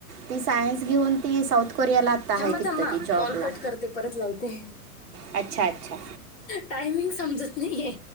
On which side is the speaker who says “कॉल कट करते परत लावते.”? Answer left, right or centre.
Left